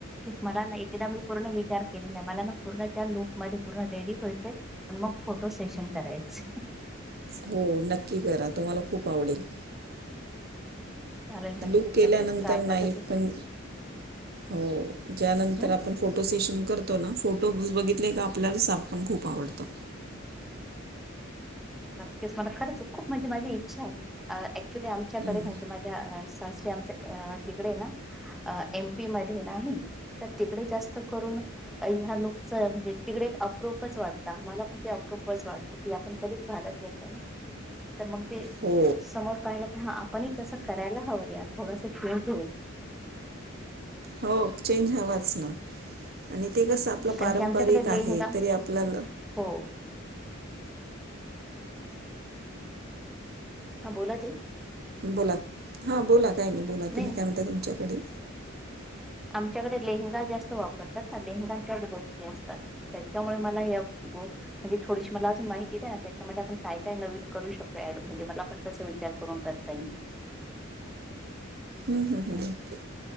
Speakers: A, in the centre; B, on the right (about 50°).
A: मला ना एकदा मी पूर्ण विचार केलेला आहे. मला ना पूर्ण त्या लुक मध्ये पूर्ण रेडी व्हायचंय आहे. मग फोटो सेशन करायचं.
B: हो नक्की करा तुम्हाला खूप आवडेल.
A: चालेल नक्कीच-नक्कीच
B: लूक केल्यानंतर
A: ट्राय
B: नाही
A: करते. तू
B: पण हो ज्यानंतर
A: हम्म
B: आपण फोटो सेशन. करतो ना फोटो बघितले की आपल्याला साज खूप आवडतो.
A: नक्कीच मला खरंच खूप म्हणजे माझी इच्छा आहे. आ ऍक्च्युली आमच्याकडे
B: हम्म
A: माहितीेये माझ्या सासरी आमच्या तिकडे ए ना. एम. पी. मध्ये आहे ना आम्ही तर तिकडे जास्त. त करून अ ह्या लुकच च म्हणजे तिकडे एक अप्रूपच वाटत. मला पण ते अप्रूपच वाटत की पण कधीच घालत नाही. तर मग ते
B: हो
A: समोर पाहिल कि हा आपणही कसं करायला हवं यार. थोडस चेंज होऊ.
B: हो चेंज हवाच. आणि. ते कस आपलं
A: कारण
B: पारंपरिक
A: की आमच्याकडे लेहंगा
B: आहे. तरी आपल्याला.
A: हो हा बोला. ताई.
B: बोला हा बोला काही आणि बोला तुम्ही
A: नाही
B: काय म्हणता तुमच्याकडे.
A: आमच्याकडे लेहंगा जास्त वापरतात ना. लेहंगांच्या गोष्टी असतात. त्याच्यामुळे मला हे ताई म्हणजे थोडीशी मला अजून माहिती द्याना. त्याच्यामध्ये आपण काय-काय नवीन करू शकतो ऍड. म्हणजे मलापण तस विचार करून. करता येईल.
B: ह्ह्हह्ह <unintelligible> हं हं